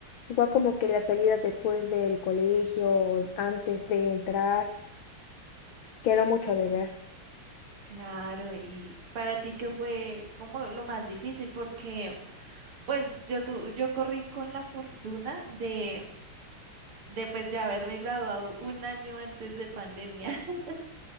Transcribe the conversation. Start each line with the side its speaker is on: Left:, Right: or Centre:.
Left: Igual como que las salidas después del colegio, antes de entrar, quedó mucho de ver.
Right: Claro, y para ti, ¿qué fue como lo más difícil? Porque... Pues yo, tu, yo corrí con la fortuna de, de pues ya haberme graduado un año antes de pandemia, <laughs>